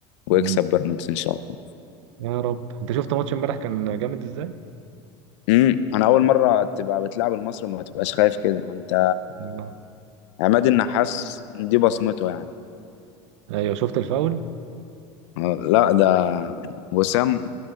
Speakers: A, on the left; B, on the right.
A: ويكسب
B: مم.
A: بيراميدز ان شاء الله
B: يا رب انت شفت ماتش امبارح كان جامد ازاي
A: امم انا اول مره تبقى بتلعب المصري ما تبقاش خايف كده انت
B: الله.
A: عماد النحاس دي بصمته يعني
B: ايوه شفت الفاول
A: آه، لا ده وسام